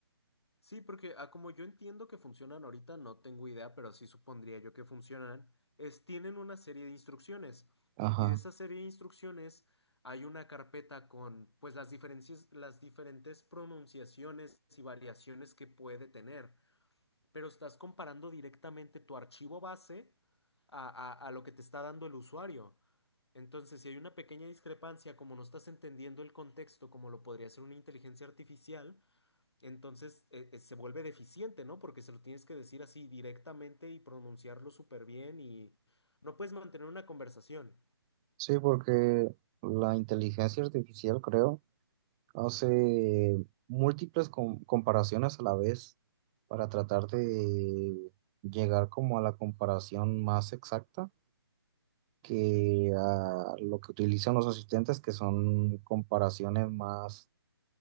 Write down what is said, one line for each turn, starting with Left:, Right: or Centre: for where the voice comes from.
Left: Sí, porque a como yo entiendo que funcionan ahorita, no tengo idea, pero sí supondría yo que funcionan, es tienen una serie de instrucciones.
Right: Ajá.
Left: Y de esa serie de instrucciones hay una carpeta con pues las diferencias, las diferentes pronunciaciones y variaciones que puede tener. Pero estás comparando directamente tu archivo base a, a a lo que te está dando el usuario. Entonces, si hay una pequeña discrepancia, como no estás entendiendo el contexto, como lo podría ser una inteligencia artificial, entonces eh, eh, se vuelve deficiente, ¿no? Porque se lo tienes que decir así directamente y pronunciarlo súper bien y no puedes mantener una conversación.
Right: Sí, porque la inteligencia artificial, creo, hace múltiples com- comparaciones a la vez para tratar de llegar como a la comparación más exacta que a lo que utilizan los asistentes, que son comparaciones más